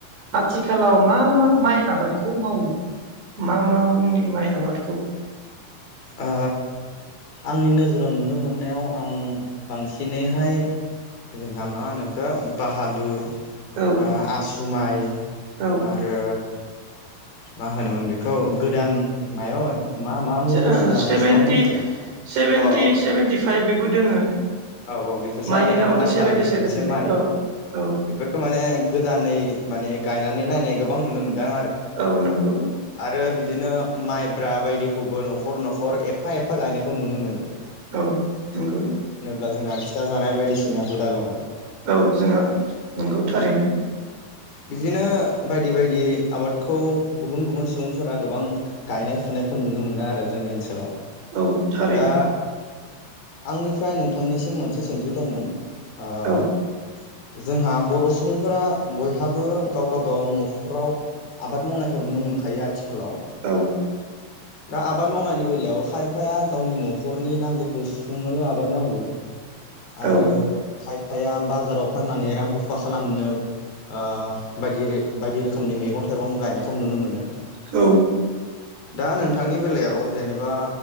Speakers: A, on the right (about 80°); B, on the left (about 65°).
A: आथिखालाव मा मा माइ आबादखौ मावो? मा मा मुंनि माइ आबादखौ
B: ओ आंनि नोजोराव नुनो मोननायाव आं बांसिनैहाय जोंहा मा होनोखो बाहादुर
A: औ
B: ओ आसु माइ
A: औ
B: आरो मा होनोमोन बेखौ? गोदान मायाव मा मा मुं फैसोदों
A: ओ
B: आं
A: सेभेन्टि
B: एसेबां मिथिया अ
A: सेभेन्टि
B: अ
A: सेभन्टि। फ्राय बेबो दोङो।
B: औ औ बेफोरसानो
A: माइनि नामानो
B: नाम्बारनि
A: सेभेनटि सेभेनटि
B: मोनसे
A: फाइभ
B: माइ।
A: औ औ
B: बेफोरखौ माने गोदानै माने गायनानै नायनाय गोबां नुनो मोनदों।
A: औ नंगौ
B: आरो बिदिनो माइब्रा बायदिखौबो न'खर न'खर एफा एफा गायनायखौ नुनो मोनो‌।
A: औ नंगौ।
B: दा जोंहा फिथा जानाय बायदिसिना हुदा दङ।
A: औ जोंहा नंगौ थारैनो।
B: बिदिनो बायदि बायदि आबादखौ गुबुन गुबुन सुबुंफोरा गोबां गायनाय फुनायखौ नुनो मोनो आरो जोंनि ओनसोलाव।
A: औ थारैनो।
B: दा आंनिफ्राय नोंथांनिसिम मोनसे सोंथि दंमोन। ओयो।
A: औ
B: जोंहा बर सुबुंफोरा। बयहाबो गावबा गाव न'खराव आबाद मावनायखौ नुनो मोनखायो आथिखालाव।
A: औ।
B: दा आबाद मावनायनि बेलायाव खायफाया गावनि न'खरनि नांगौखौ सुफुंनोल आबाद मावो। आरो
A: औ
B: खायफ फाया बाजाराव फाननानै रां रुफा खालामनो। ओयो बायदिरे बायदि रोखोमनि मैगं थाइगं गायनायखौ नुनो मोनो।
A: औ।
B: दा नोंथांनि बेलायाव जेनेबा